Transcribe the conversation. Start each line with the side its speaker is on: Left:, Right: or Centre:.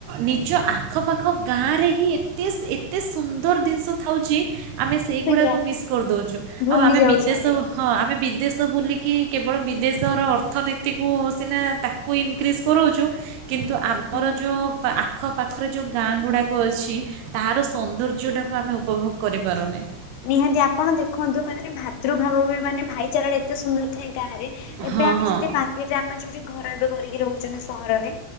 Right: ନିଜ ଆଖପାଖ ଗାଁରେ ହିଁ ଏତେ ଏତେ ସୁନ୍ଦର ଜିନିଷ ଥାଉଚି ଆମେ ସେଇଗୁଡ଼ାକ
Left: ସେଇଆ
Right: ମିସ୍ କରିଦଉଚୁ
Left: ଭୁଲି
Right: ଆଉ ଆମେ
Left: ଯାଉଛନ୍ତି।
Right: ବିଦେଶ ହଁ ଆମେ ବିଦେଶ ବୁଲିକି କେବଳ ବିଦେଶର ଅର୍ଥନୀତିକୁ ସିନା ତା କୁ ଇନକ୍ରିଜ୍ କରଉଚୁ କିନ୍ତୁ ଆମର
Left: ହୁଁ।
Right: ଯୋଉ ପା ଆଖପାଖରେ ଯେଉଁ ଗାଁ ଗୁଡ଼ାକ ଅଛି ତାର ସୌନ୍ଦର୍ଯ୍ୟଟାକୁ ଆମେ ଉପଭୋଗ କରିପାରୁନେ।
Left: ନିହାତି ଆପଣ ଦେଖନ୍ତୁ ମାନେ ଭାତୃଭାବ ବି ମାନେ ଭାଇଚାରାଟା ଏତେ ସୁନ୍ଦର ଥାଏ ଗାଁରେ ଏବେ
Right: ହଁ
Left: ଆମେ
Right: ହଁ
Left: ଯଦି ମାର୍କେଟରେ ଆମେ ଯୋଉଠି ଘର ଏବେ କରିକି ରହୁଚନ୍ତି ସହରରେ,